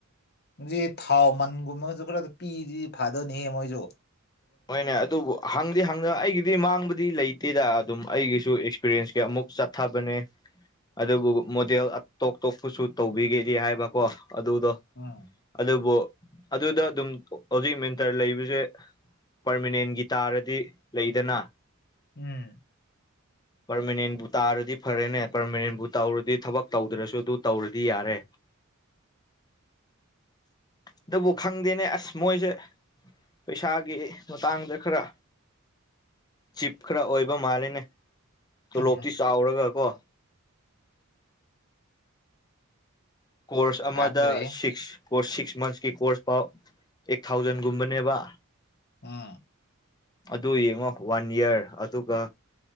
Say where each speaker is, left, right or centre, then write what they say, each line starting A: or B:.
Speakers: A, on the left (about 50°); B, on the left (about 20°).
A: ꯖꯤ ꯊꯥꯎ ꯃꯟꯒꯨꯝꯕꯒꯖꯨ ꯈꯔ ꯄꯤꯖꯤ ꯐꯥꯗꯅꯤꯍꯦ ꯃꯣꯏꯖꯨ
B: ꯍꯣꯏꯅꯦ ꯑꯗꯨꯕꯨ ꯍꯪꯗꯤꯦ ꯍꯪꯗ ꯑꯩꯒꯤꯗꯤ ꯃꯥꯡꯕꯗꯤ ꯂꯩꯇꯦꯗ ꯑꯗꯨꯝ ꯑꯩꯒꯤꯁꯨ ꯑꯦꯛꯁꯄꯤꯔꯟꯁ ꯀꯩ ꯑꯃꯨꯛ ꯆꯠꯊꯕꯅꯦ ꯑꯗꯨꯕꯨ ꯃꯣꯗꯦꯜ ꯇꯣꯞ ꯇꯣꯞꯄꯁꯨ ꯇꯧꯕꯤꯒꯦꯗꯤ ꯍꯥꯏꯕꯀꯣ ꯑꯗꯨꯗꯣ
A: ꯎꯝ
B: ꯑꯗꯨꯕꯨ ꯑꯗꯨꯗ ꯑꯗꯨꯝ ꯍꯧꯖꯤꯛ ꯃꯦꯟꯇꯔ ꯂꯩꯕꯁꯦ ꯄꯔꯃꯅꯦꯟꯒꯤ ꯇꯥꯔꯗꯤ ꯂꯩꯗꯅ
A: ꯎꯝ
B: ꯄꯔꯃꯅꯦꯟꯕꯨ ꯇꯥꯔꯗꯤ ꯐꯔꯦꯅꯦ ꯄꯔꯃꯅꯦꯟꯕꯨ ꯇꯧꯔꯗꯤ ꯊꯕꯛ ꯇꯧꯗ꯭ꯔꯁꯨ ꯑꯗꯨ ꯇꯧꯔꯗꯤ ꯌꯥꯔꯦ
A: <inaudible>
B: ꯑꯗꯨꯕꯨ ꯈꯪꯗꯦꯅꯦ ꯑꯁ ꯃꯣꯏꯁꯦ ꯄꯩꯁꯥꯒꯤ ꯃꯇꯥꯡꯗ ꯈꯔ ꯆꯤꯞ ꯈꯔ ꯑꯣꯏꯕ ꯃꯥꯜꯂꯦꯅꯦ ꯇꯣꯂꯣꯞꯇꯤ
A: ꯎꯝ ꯎꯝ
B: ꯆꯥꯎꯔꯒ ꯀꯣ ꯀꯣꯔꯁ ꯑꯃꯗ
A: ꯈꯪꯗ꯭ꯔꯦ
B: ꯁꯤꯛꯁ ꯀꯣꯔꯁ ꯁꯤꯛꯁ ꯃꯟꯁꯀꯤ ꯀꯣꯔꯁ ꯐꯥꯎ ꯑꯩꯠ ꯊꯥꯎꯖꯟꯒꯨꯝꯕꯅꯦꯕ
A: ꯑꯥ
B: ꯑꯗꯨ ꯌꯦꯡꯉꯣ ꯋꯥꯟ ꯏꯌꯥꯔ ꯑꯗꯨꯒ